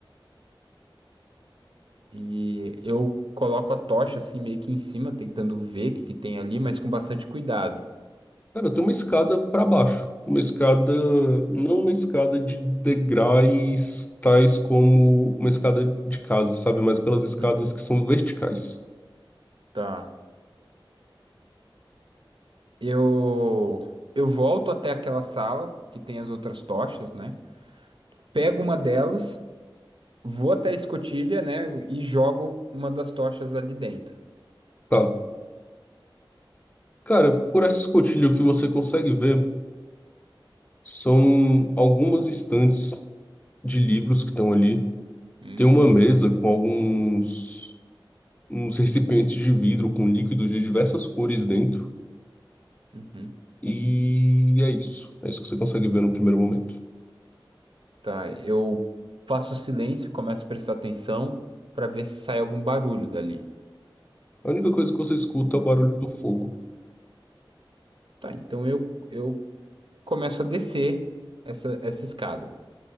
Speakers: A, on the right; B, on the left.
A: E eu coloco a tocha assim meio que em cima, tentando ver o que que tem ali, mas com bastante cuidado.
B: Cara, tem uma escada para baixo. Uma escada, não uma escada de degraus, tais como uma escada de casa, sabe? Mas aquelas escadas
A: Uhum.
B: que são verticais.
A: Tá. Eu, eu volto até aquela sala que tem as outras tochas, né? Pego uma delas, vou até a escotilha, né? E jogo uma das tochas ali dentro.
B: Tá. Cara, por essa escotilha, o que você consegue ver são algumas estantes de livros que estão ali
A: Hum.
B: Tem uma mesa com alguns uns recipientes de vidro com líquidos de diversas cores dentro.
A: Uhum.
B: E é isso. É isso que você consegue ver no primeiro momento.
A: Tá, eu faço silêncio e começo a prestar atenção para ver se sai algum barulho dali.
B: A única coisa que você escuta é o barulho do fogo.
A: Tá, então eu, eu começo a descer essa, essa escada.